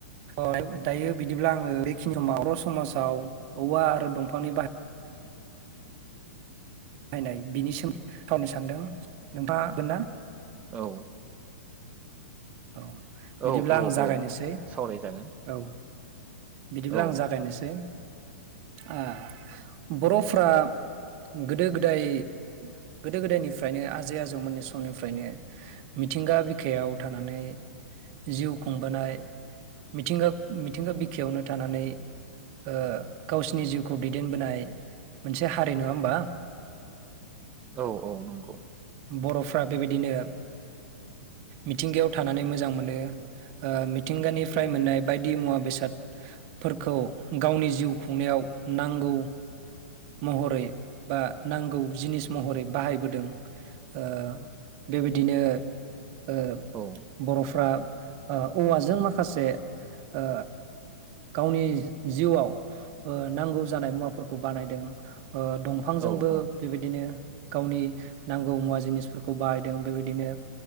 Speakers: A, on the right; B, on the right.
A: औ दायो बिदिब्ला आङो बेखिनि समाव बर' समाजाव औवा आरो दंफांनि बाहाय नायनाय बिनि सोमोन्दै खावनो सान्दों नोंथाङा हागोन ना?
B: औ
A: औ बिदिब्ला
B: औ औ
A: आं जागायनोसै
B: औ सावरायजागोन
A: औ बिदिब्ला
B: औ
A: आं जागायनोसै आ बर'फ्रा गोदो गोदाय गोदो गोदायनिफ्रायनो आजै आजौमोननि समनिफ्रायनो मिथिंगा बिखायाव थानानै जिउ खुंबोनाय मिथिंगा मिथिंगा बिखायावनो थानानै ओ गावसिनि जिउखौ दैदेनबोनाय मोनसे हारि नङा ओमबा
B: औ औ नंगौ
A: बर'फ्रा बेबायदिनो मिथिंगायाव थानानै मोजां मोनो ओ मिथिंगानिफ्राय मोननाय बायदि मुवा बेसादफोरखौ गावनि जिउ खुंनायाव नांगौ महरै बा नांगौ जिनिस महरै बाहायबोदों ओ बेबायदिनो ओ
B: औ
A: बर'फ्रा ओ औवाजों माखासे ओ गावनि जिउआव ओ नांगौ जानाय मुवाफोरखौ बानायदों ओ दंफांजोंबो
B: औ औ
A: बेबायदिनो गावनि नांगौ मुवा जिनिसफोरखौ बाहायदों बेबायदिनो